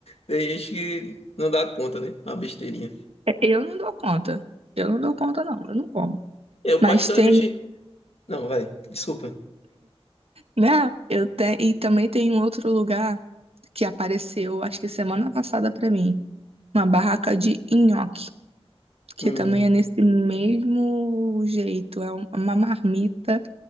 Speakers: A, on the left; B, on the right.
A: tem gente que não dá conta, né? Uma besteirinha.
B: É, Eu não dou conta. Eu não dou conta, não. Eu não como.
A: Eu
B: Mas
A: particularmente...
B: tem,
A: Não, vai, desculpa.
B: né? Eu te... E também tem um outro lugar que apareceu, acho que semana passada pra mim, uma barraca de nhoque. que
A: Hum,
B: também é nesse mesmo jeito, é um- uma marmita,